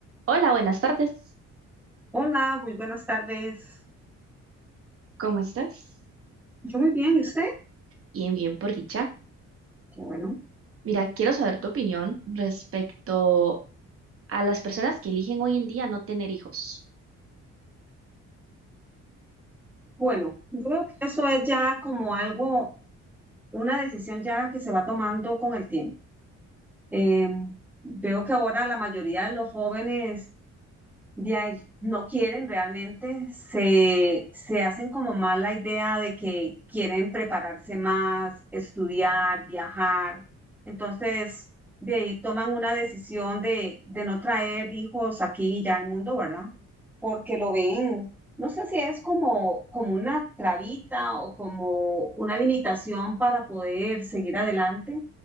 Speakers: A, on the right; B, in the centre.
A: Hola, buenas tardes.
B: Hola, muy buenas tardes.
A: ¿Cómo estás?
B: Yo muy bien, ¿y usted?
A: Bien, bien, por dicha.
B: Qué bueno.
A: Mira, quiero saber tu opinión respecto a las personas que eligen hoy en día no tener hijos.
B: Bueno, yo creo que eso es ya como algo, una decisión ya que se va tomando con el tiempo. Eh, veo que ahora la mayoría de los jóvenes de ahí no quieren realmente, se, se hacen como más la idea de que quieren prepararse más, estudiar, viajar. Entonces, de ahí toman una decisión de, de no traer hijos aquí y ya al mundo, ¿verdad? Porque lo ven, no sé si es como, como una trabita o como una limitación para poder seguir adelante